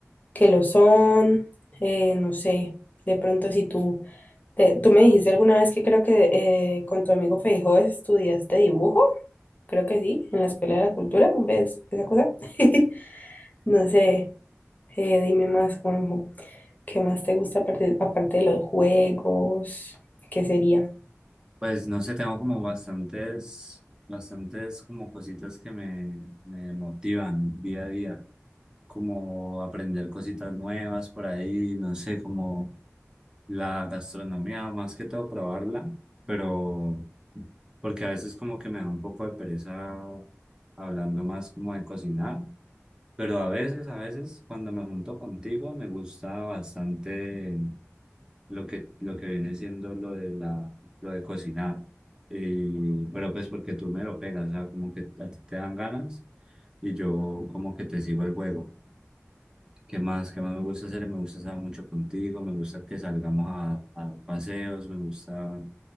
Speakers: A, on the left; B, on the right.
A: que lo son, eh, no sé, de pronto si tú, te- tú me dijiste alguna vez que creo que eh, con tu amigo Feijó estudiaste dibujo, creo que sí, en la Escuela de la Cultura, ¿ves esa cosa? <laughs> No sé, eh, dime más, Juanjo. ¿Qué más te gusta aparte, aparte de los juegos? ¿Qué sería?
B: Pues no sé, tengo como bastantes, bastantes como cositas que me, me motivan día a día, como aprender cositas nuevas por ahí, no sé, como la gastronomía, más que todo probarla, pero porque a veces como que me da un poco de pereza hablando más como de cocinar, pero a veces, a veces cuando me junto contigo me gusta bastante lo que, lo que viene siendo lo de la, lo de cocinar. Y, pero pues porque tú me lo pegas, o sea, como que a ti te dan ganas y yo como que te sigo el juego. ¿Qué más? ¿Qué más me gusta hacer? Me gusta estar mucho contigo, me gusta que salgamos a, a paseos, me gusta,